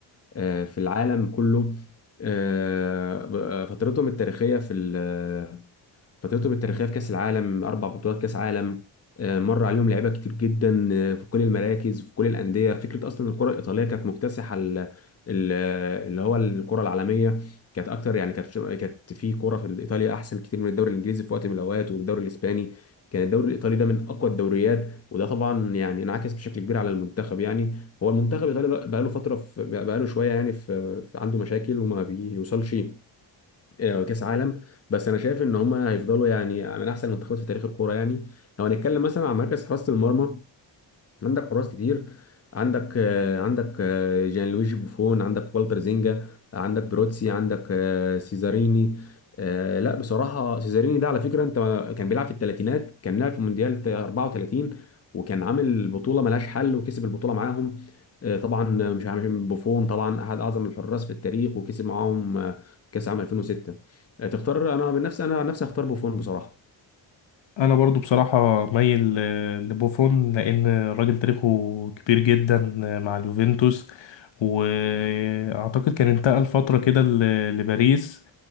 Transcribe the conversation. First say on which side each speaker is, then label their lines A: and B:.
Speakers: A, on the left (about 35°); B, on the left (about 75°).
A: آه، في العالم كله آه، ب- آه، فترتهم التاريخية في ال- فترتهم التاريخيه في كاس العالم اربع بطولات كاس عالم آه، مر عليهم لعيبه كتير جدا آه، في كل المراكز في كل الانديه فكره اصلا الكره الايطاليه كانت مكتسحه ال- ال- اللي هو الكره العالميه كانت اكتر يعني كانت كانت في كره في ايطاليا احسن كتير من الدوري الانجليزي في وقت من الاوقات والدوري الاسباني كان الدوري الايطالي ده من اقوى الدوريات وده طبعا يعني انعكس بشكل كبير على المنتخب يعني هو المنتخب الايطالي بقى له فتره في بقى له شويه يعني في في- عنده مشاكل وما بيوصلش آه، كاس عالم بس انا شايف ان هم هيفضلوا يعني من احسن المنتخبات في تاريخ الكوره يعني لو هنتكلم مثلا عن مركز حراسه المرمى عندك حراس كتير عندك آه، عندك آه، جان لويجي بوفون عندك والتر زينجا عندك بروتسي عندك آه، سيزاريني آه، لا بصراحة سيزاريني ده على فكرة انت كان بيلعب في الثلاثينات كان لعب في مونديال 34 وكان عامل بطولة ملهاش حل وكسب البطولة معاهم آه، طبعا آه، مش عارف بوفون طبعا احد اعظم الحراس في التاريخ وكسب معاهم آه، كاس عام 2006 آه، تختار انا بنفسي انا عن نفسي هختار بوفون بصراحة
B: انا برضو بصراحة مايل ل- لبوفون لان الراجل تاريخه كبير جدا مع اليوفنتوس واعتقد كان انتقل فترة كده ل- لباريس